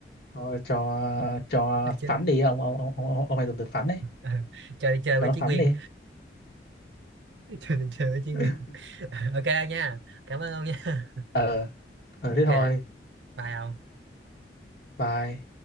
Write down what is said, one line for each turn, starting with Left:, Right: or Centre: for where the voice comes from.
Left: thôi cho cho
Right: đi chơi
Left: phán đi ông ông ông ông ông, ông hay dùng từ phán đấy
Right: à, cho đi chơi
Left: cho
Right: với
Left: nó
Right: Chí
Left: phán
Right: Nguyên
Left: đi
Right: <laughs> cho đi chơi với Chí Nguyên
Left: <laughs>
Right: <laughs> ok ông nha cảm ơn ông nha
Left: ờ ừ, thế
Right: ok
Left: thôi
Right: bye ông
Left: bye